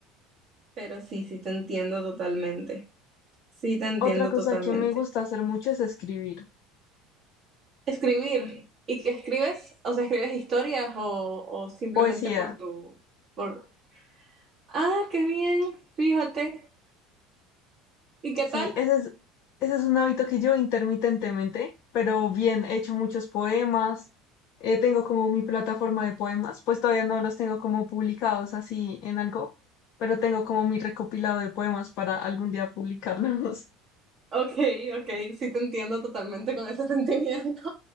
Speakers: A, on the right; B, on the left.
A: Pero sí, sí te entiendo totalmente. Sí te entiendo
B: Otra cosa
A: totalmente.
B: que me gusta hacer mucho es escribir
A: Escribir. ¿Y qué escribes? O sea, ¿escribes historias o, o simplemente
B: poesía.
A: por tu, por... Ah, qué bien, fíjate. ¿Y qué
B: Sí,
A: tal?
B: ese es, ese es un hábito que yo intermitentemente, pero bien, he hecho muchos poemas, eh, tengo como mi plataforma de poemas, pues todavía no los tengo como publicados así en algo, pero tengo como mi recopilado de poemas para algún día publicarlos.
A: Ok, ok, sí te entiendo totalmente con ese sentimiento.